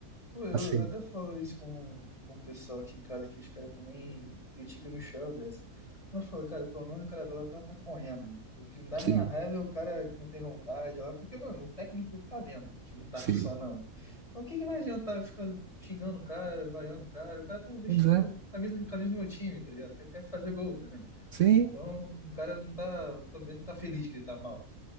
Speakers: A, on the left (about 20°); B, on the right (about 60°).
A: Pô, eu,
B: Assim,
A: eu até falo isso com, com o pessoal aqui em casa, que os caras também criticam o Michel Bessi. Mas eu falo, cara, pelo menos o cara lá tá, tá correndo. mano. O que me dá
B: sim,
A: na raiva é o cara que não tem vontade lá, porque, mano, o técnico tá vendo que não tá
B: sim.
A: funcionando. Então o que que vai adiantar eu ficar xingando o cara, vaiando o cara? O cara tá vestindo
B: Pois é.
A: camisa, camisa do meu time, tá ligado? Quer, quer fazer gol também.
B: Sim,
A: Então o cara não tá, também não tá feliz que ele tá mal.